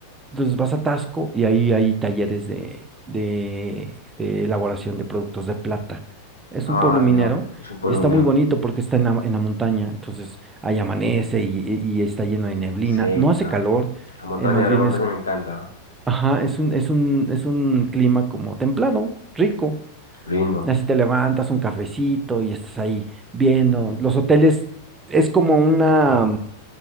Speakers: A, on the right; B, on the left.
A: Entonces vas a Tasco y ahí hay talleres de, de- de elaboración de productos de plata. Es
B: Ay,
A: un pueblo minero.
B: mira, es un pueblo
A: Está
B: minero.
A: muy bonito porque está en la, en la montaña. Entonces ahí amanece y, y está lleno de neblina.
B: Sí,
A: No hace
B: la,
A: calor.
B: la montaña,
A: eh, más bien
B: la montaña
A: es, co-
B: me encanta.
A: ajá, es un, es un, es un clima como templado, rico.
B: Lindo.
A: Así te levantas un cafecito y estás ahí viendo. Los hoteles es como una,